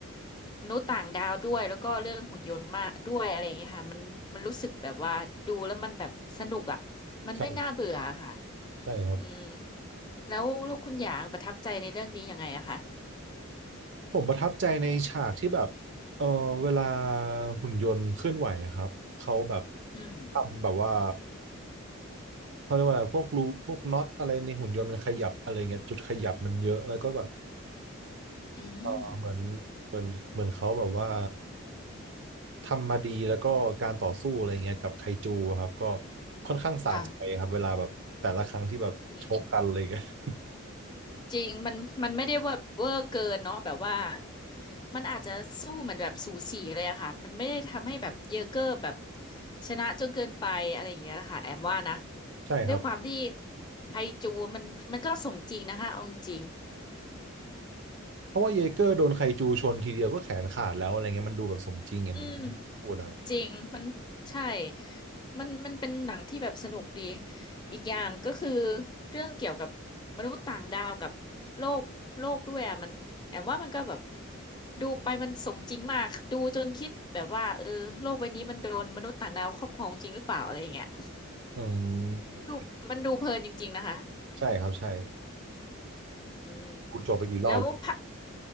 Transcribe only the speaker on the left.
มนุษย์ต่างดาวด้วยแล้วก็เรื่องหุ่นยนต์มากด้วยอะไรอย่างเงี้ยค่ะมันมันรู้สึกแบบว่าดูแล้วมันแบบสนุกอ่ะมันไม่น่าเบื่อค่ะ
อืมแล้วแล้วคุณหยางประทับใจในเรื่องนี้ยังไงอะคะ
อืม
อืม
ค่ะจริง
จริงมันมันไม่ได้ว่าเวอร์เกินเนาะแบบว่ามันอาจจะสู้เหมือนแบบสูสีเลยอะค่ะมันไม่ได้ทำให้แบบเยอเกอร์แบบชนะจนเกินไปอะไรอย่างเงี้ยนะคะแอมว่านะ
ด้วยความที่ไทจูมันมันก็สมจริงนะคะเอาจริง
ๆอืม
จริงมันใช่มันมันเป็นหนังที่แบบสนุกดีอีกอย่างก็คือเรื่องเกี่ยวกับมนุษย์ต่างดาวกับโลกโลกด้วยอ่ะมันแอมว่ามันก็แบบดูไปมันสมจริงมากดูจนคิดแบบว่าเออโลกใบนี้มันโดนมนุษย์ต่างดาวครอบครองจริงหรือเปล่าอะไรอย่างเงี้ย
ดูมันดูเพลินจริงๆนะคะ
อืม
แล้วพระ